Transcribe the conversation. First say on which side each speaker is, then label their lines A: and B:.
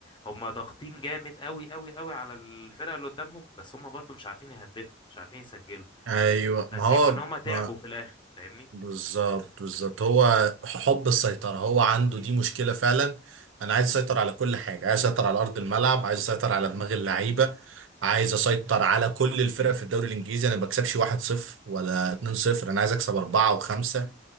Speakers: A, on the left; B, on the right.
A: هما ضاغطين جامد قوي قوي قوي على الفرقة اللي قدامهم بس هما برضو مش عارفين يهدفوا مش عارفين يسجلوا
B: ايوه
A: فت- فتلاقيهم
B: ما هو
A: إن هما تعبوا
B: ما
A: في الآخر فاهمني
B: بالظبط بالظبط هو حب السيطرة هو عنده دي مشكلة فعلا أنا عايز أسيطر على كل حاجة عايز أسيطر على أرض الملعب عايز أسيطر على دماغ اللعيبة عايز أسيطر على كل الفرق في الدوري الإنجليزي أنا ما بكسبش 1-0 ولا 2-0 أنا عايز أكسب أربعة وخمسة